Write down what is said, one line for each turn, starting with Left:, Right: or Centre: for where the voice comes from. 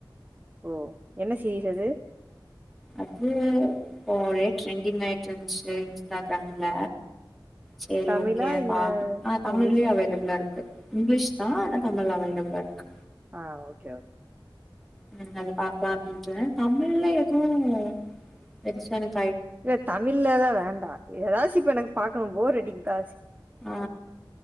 Right: ஓ என்ன சீரீஸ் அது
Centre: அது இப்ப ஒரே ட்ரெண்டிங் ஆயிட்ருன்ச்சு இன்ஸ்டாகிராம்ல சேரி
Right: தமிழா
Centre: ஓகே
Right: இல்ல
Centre: பா ஆ தமிழ்லையு
Right: இங்கிலீஷா
Centre: அவைலபிளா இருக்கு இங்லிஷ் தா ஆனா தமிழ் அவைலபிளா இருக்கு
Right: ஆ ஓகே ஓகே
Centre: ம் அது பாக்லா அப்டின்ட்டு தமிழ்ல எதுவு‌ பெருசா எனக்
Right: இல்ல தமிழ்லெலா வேண்டா எதாச்சு இப்ப எனக்கு பாக்கணு போர் அடி கா
Centre: ஆ